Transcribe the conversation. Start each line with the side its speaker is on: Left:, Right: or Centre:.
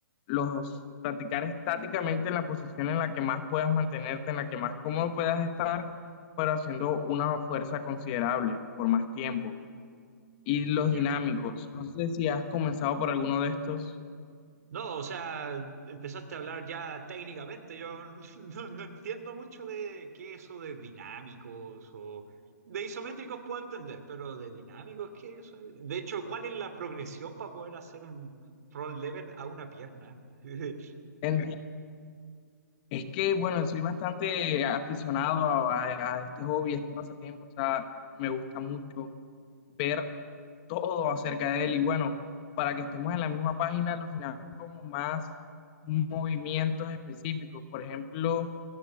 Left: los practicar estáticamente en la posición en la que más puedas mantenerte, en la que más cómodo puedas estar, pero haciendo una fuerza considerable por más tiempo. Y
Right: Mm,
Left: los
Right: Ya.
Left: dinámicos, no sé si has comenzado por alguno de estos.
Right: No, o sea, empezaste a hablar ya técnicamente. Yo <laughs> no, no entiendo mucho de qué eso de dinámicos o de isométricos puedo entender, pero de dinámicos, ¿qué es eso? De hecho, ¿cuál es la progresión para poder hacer un front lever a una pierna? <laughs>
Left: Entiendo Es que, bueno, soy bastante aficionado a, a- a este hobby, a este pasatiempo, o sea, me gusta mucho ver todo acerca de él y bueno, para que estemos en la misma página, los dinámicos como más movimientos específicos, por ejemplo,